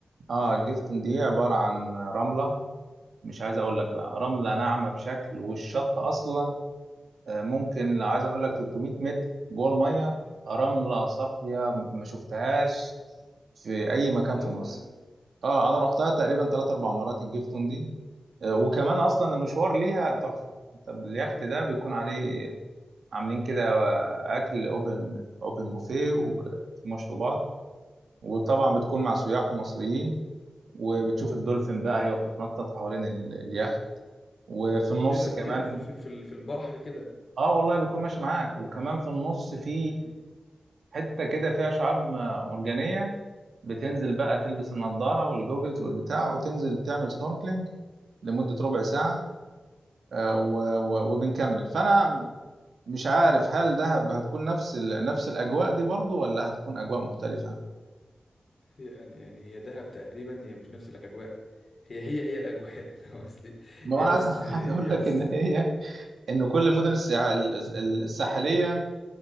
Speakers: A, on the right (about 80°); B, on the left (about 45°).
A: اه
B: ايوه
A: الجيفتون
B: ايوه
A: دي عبارة عن رملة مش عايز اقول لك بقى رملة ناعمة بشكل والشط اصلا آه، ممكن لو عايز اقول لك 300 متر جوه المية رملة صافية ما شفتهاش في اي مكان
B: لا
A: في
B: والله
A: مصر اه انا رحتها تقريبا 3 4 مرات الجيفتون دي وكمان اصلا
B: مم.
A: المشوار ليها تحفه انت اليخت ده بيكون عليه عاملين كده اكل اوبن اوبن بوفيه ومشروبات وطبعا بتكون مع سياح ومصريين وبتشوف الدولفين بقى هي بتتنطط حوالين ال- اليخت وفي النص
B: ايه ده بجد
A: كمان
B: دولفين في ال- في البحر كده
A: اه والله بيكون ماشي معاك وكمان في النص في
B: مم.
A: حته كده فيها شعاب م- مرجانيه بتنزل بقى تلبس
B: مم.
A: النضاره والجوجلز والبتاع وتنزل تعمل سنوركلينج لمده ربع ساعه آه، و- و- وبنكمل فانا مش عارف هل دهب هتكون نفس ال... نفس الاجواء دي برضو ولا هتكون اجواء مختلفه
B: هي يعني يعني هي دهب تقريبا هي مش نفس الاجواء هي هي هي الاجواء <laughs> فاهم قصدي
A: ما
B: هي
A: هو انا
B: بس
A: عايز <laughs> عايز اقول
B: هي
A: لك
B: بس
A: ان هي <laughs> ان كل المدن السياح... الساحليه